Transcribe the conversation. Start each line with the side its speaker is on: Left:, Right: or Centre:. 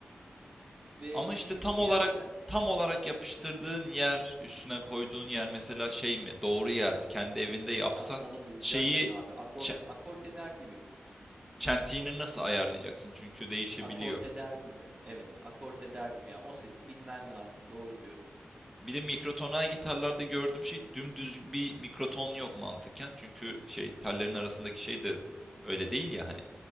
Right: ve
Centre: Ama
Right: bir
Centre: işte
Right: luthier
Centre: tam olarak
Right: sen
Centre: tam olarak yapıştırdığın yer, üstüne koyduğun yer mesela şey mi, doğru yer mi? Kendi evinde yapsan
Right: ha, onu bulacaksın
Centre: şeyi
Right: abi. Akort
Centre: çe-
Right: akort eder gibi.
Centre: çentiğini nasıl ayarlayacaksın? Çünkü değişebiliyor.
Right: Akort eder gibi. Evet, akort eder gibi. Yani o sesi bilmen lazım. Doğru diyorsun.
Centre: Bir de mikrotonal gitarlarda gördüğüm şey dümdüz bir mikroton yok mantıken. Çünkü şey tellerin arasındaki şey de öyle değil ya hani